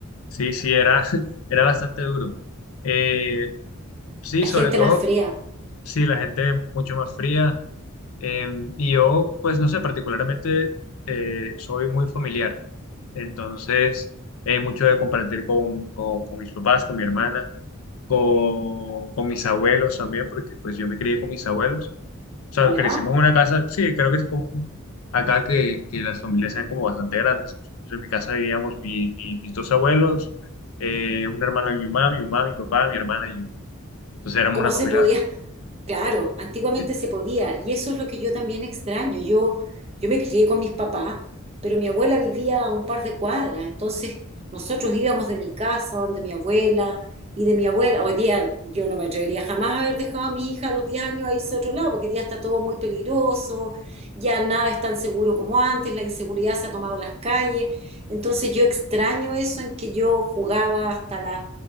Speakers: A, on the left (about 85°); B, on the right (about 30°).
A: Sí, sí, era, <laughs> era bastante duro. Eh, sí,
B: La
A: sobre
B: gente
A: todo,
B: más fría,
A: sí, la gente mucho más fría. eh, y yo, pues no sé, particularmente eh, soy muy familiar. Entonces, eh, mucho de compartir con, con, con mis papás, con mi hermana, con, con mis abuelos también, porque pues yo me crié con mis abuelos. O sea,
B: ¿ya?
A: crecimos en una casa, sí, creo que es común acá que, que las familias sean como bastante grandes. Entonces, en mi casa vivíamos mi- mi- mis dos abuelos, eh, un hermano de mi mamá, mi mamá, mi papá, mi hermana y yo. Entonces éramos
B: ¿Cómo
A: una familia.
B: se podía? Claro, antiguamente
A: Sí,
B: se podía y eso es lo que yo también extraño. Yo, yo me crié con mis papás, pero mi abuela vivía a un par de cuadras, entonces nosotros íbamos de mi casa, donde mi abuela y de mi abuela. Hoy día yo no me atrevería jamás a haber dejado a mi hija a los 10 años a irse a otro lado, porque hoy día está todo muy peligroso, ya nada es tan seguro como antes, la inseguridad se ha tomado las calles. Entonces yo extraño eso en que yo jugaba hasta las